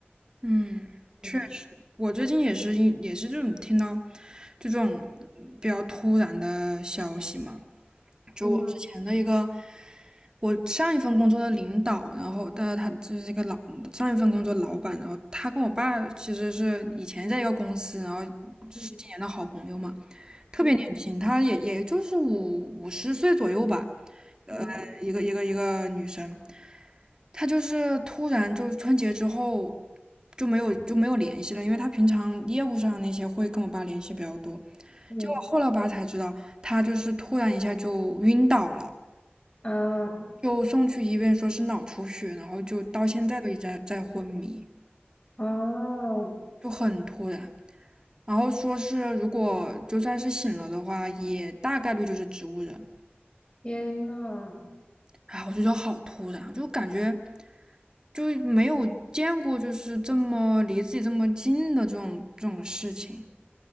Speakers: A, on the right; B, on the left.
A: 嗯，
B: 对，
A: 确实，我最近也是也是这种听到就这种比较突然的消息嘛，就我之前的一个，
B: 嗯
A: 我上一份工作的领导，然后但他就是一个老上一份工作老板，然后他跟我爸其实是以前在一个公司，然后十几年的好朋友嘛，
B: 嗯
A: 特别年轻，
B: 嗯
A: 他也也就是五五十岁左右吧，呃，
B: 嗯
A: 一个一个一个女生，他就是突然就春节之后就没有就没有联系了，因为他平常业务上那些会跟我爸联系比较多。
B: 嗯
A: 结果后来我爸才知道，他就是突然一下就晕倒了，
B: 啊
A: 就送去医院说是脑出血，然后就到现在都一直在在昏迷，
B: 啊！
A: 就很突然。然后说是如果就算是醒了的话，也大概率就是植物人。
B: 天呐，
A: 啊，我觉得好突然啊，就感觉就没有见过，就是这么离自己这么近的这种这种事情。